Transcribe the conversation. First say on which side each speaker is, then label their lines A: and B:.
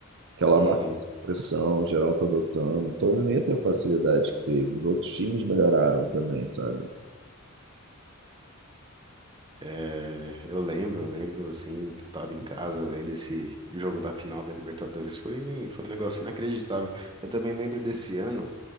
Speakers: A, on the right; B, on the right.
A: Aquela
B: Uhum.
A: marca de pressão geral tá adotando. Então ele não ia ter a facilidade que teve. Os outros times melhoraram também, sabe?
B: É, eu lembro, eu lembro assim, que eu tava em casa vendo esse jogo da final da Libertadores. Foi, foi um negócio inacreditável. Eu também lembro desse ano,